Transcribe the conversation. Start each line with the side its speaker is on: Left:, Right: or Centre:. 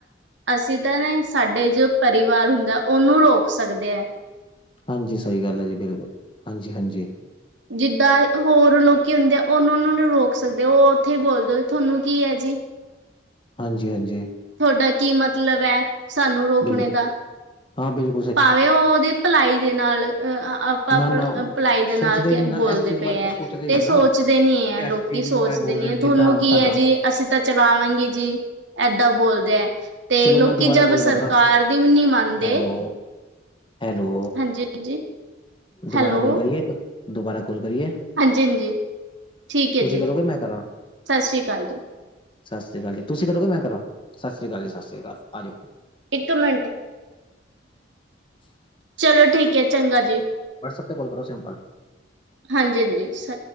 Right: ਅਸੀਂ ਤਾਂ ਨਾ ਸਾਡੇ ਜੋ ਪਰਿਵਾਰ ਹੁੰਦਾ ਉਹਨੂੰ ਰੋਕ ਸਕਦੇ ਐ
Left: ਹਾਂਜੀ ਸਹੀ ਗੱਲ ਹੈ। ਜੀ ਬਿਲਕੁਲ ਹਾਂਜੀ -ਹਾਂਜੀ।
Right: ਜਿੱਦਾਂ ਹੋਰ ਲੋਕ ਹੁੰਦੇ ਆ ਉਹਨੂੰ, ਉਹਨੂੰ ਨ ਰੋਕ ਸਕਦੇ ਉਹ ਉੱਥੇ ਈ ਬੋਲਦੇ ਤੁਹਾਨੂੰ ਕੀ ਐ ਜੀ।
Left: ਹਾਂਜੀ -ਹਾਂਜੀ।
Right: ਤੁਹਾਡਾ ਕੀ ਮਤਲਬ ਐ ਸਾਨੂੰ ਰੋਕਣੇ
Left: ਬਿਲਕੁਲ
Right: ਦਾ
Left: ਹਾਂ ਬਿਲਕਲ <inaudible>
Right: ਭਾਵੇਂ ਉਹ ਉਹਦੀ ਭਲਾਈ ਦੇ ਨਾਲ ਅ ਆਪਾਂ
Left: ਨਾ, ਨਾ
Right: ਭਲਾਈ ਦੇ ਨਾਲ
Left: ਸੋਚਦੇ ਨੀ ਨਾ
Right: ਬੋਲਦੇ
Left: ਇਸ ਚੀਜ਼ ਬਾਰੇ
Right: ਪਏ ਐ
Left: ਤਾਂ ਸੋਚਦੇ ਹੀ
Right: ਤੇ
Left: ਨੀ
Right: ਸੋਚਦੇ
Left: ਨਾ ਉਹ
Right: ਨੀ ਐ
Left: ਇਸ
Right: ਲੋਕੀ,
Left: ਚੀਜ਼
Right: ਸੋਚਦੇ
Left: ਨੂੰ ਇਹ ਬੋਲ
Right: ਨੀ
Left: ਰਹੇ
Right: ਐ ਤੁਹਾਨੂੰ
Left: ਜਿੱਦਾਂ
Right: ਕੀ
Left: ਸਾਡਾ
Right: ਐ ਜੀ ਅਸੀਂ ਤਾਂ ਚਲਾਵਾਂਗੀ ਜੀ ਏਦਾਂ ਬੋਲਦੇ ਐ। ਤੇ
Left: ਚਲੋ
Right: ਲੋਕੀ
Left: ਮੈਂ ਦੁਬਾਰਾ
Right: ਜਬ
Left: ਕਾਲ ਕਰਦਾ
Right: ਸਰਕਾਰ ਦੀ ਵੀ ਨਹੀਂ ਮੰਨਦੇ
Left: ਹੈਲੋ, ਹੈਲੋ।
Right: ਹਾਂਜੀ ਹਾਂਜੀ
Left: ਦੁਬਾਰਾ
Right: ਹੈਲੋ
Left: ਕਾਲ ਕਰੀਏ, ਦੁਬਾਰਾ ਕਾਲ ਕਰੀਏ।
Right: ਹਾਂਜੀ- ਹਾਂਜੀ। ਠੀਕ ਹੈ
Left: ਤੁਸੀਂ
Right: ਜੀ
Left: ਕਰੋਗੇ ਮੈਂ ਕਰਾਂ,
Right: ਸਤਿ ਸ੍ਰੀ ਅਕਾਲ ਜੀ
Left: ਸਤਿ ਸ੍ਰੀ ਅਕਾਲ ਜੀ ਤੁਸੀਂ ਕਰੋਗੇ ਮੈਂ ਕਰਾਂ ਸਤਿ ਸ਼੍ਰੀ ਅਕਾਲੀ ਜੀ-ਸਤਿ ਸ਼੍ਰੀ ਅਕਾਲ ਆ ਜਾਓ।
Right: ਇੱਕ ਮਿੰਟ
Left: <unintelligible>
Right: ਚਲੋ ਠੀਕ ਹੈਏ ਚੰਗਾ ਜੀ।
Left: ਵਟਸਐਪ ਤੇ ਗਲ ਕਰੋ ਸਿੰਪਲ।
Right: ਹਾਂਜੀ ਹਾਂਜੀ ਸ